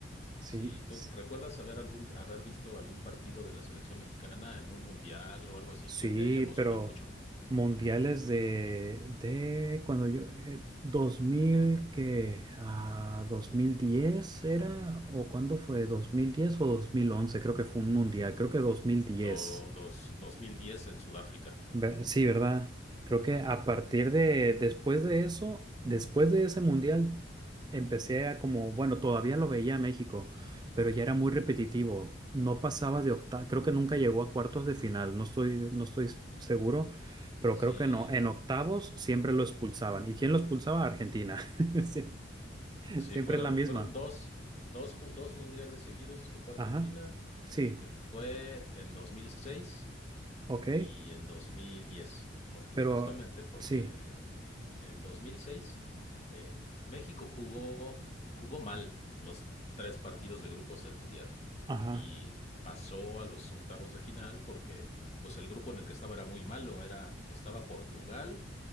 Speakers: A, on the right; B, on the left.
A: Sí,
B: Si tú
A: s-
B: recuerdas haber algún, haber visto algún partido de la selección mexicana en un mundial o algo así
A: sí,
B: que te haya emocionado
A: pero
B: mucho,
A: mundiales de, de cuando yo, eh, dos mil que, a 2010 era, o cuándo fue, 2010 o 2011 creo que fue un mundial, creo que 2010.
B: Do- dos, dos mil diez en Sudáfrica.
A: Ver- Sí, ¿verdad? Creo que a partir de, después de eso, después de ese mundial, empecé a como, bueno, todavía lo veía a México, pero ya era muy repetitivo. No pasaba de octavos, creo que nunca llegó a cuartos de final, no estoy, no estoy s- seguro, pero
B: Sí,
A: creo que no. En
B: no.
A: octavos siempre lo expulsaban. ¿Y quién lo expulsaba? Argentina. <laughs> Sie-
B: Sí,
A: Siempre
B: fueron,
A: es la misma.
B: fueron dos, dos, ju- dos mundiales seguidos, que fue
A: Ajá.
B: Argentina,
A: Sí,
B: que fue en 2006
A: ok,
B: y en 2010. Por- Y
A: pero
B: justamente porque
A: sí,
B: en 2006 eh, México jugó, jugó mal los tres partidos de grupos del mundial
A: ajá.
B: y pasó a los octavos de final porque pues el grupo en el que estaba era muy malo, era, estaba Portugal,